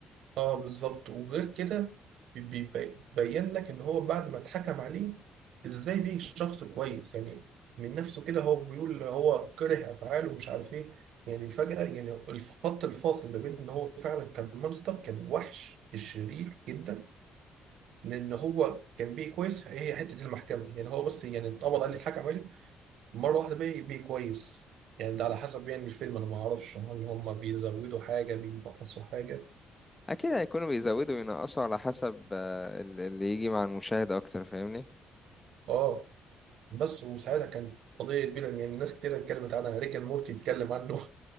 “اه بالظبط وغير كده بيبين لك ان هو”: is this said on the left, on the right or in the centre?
Right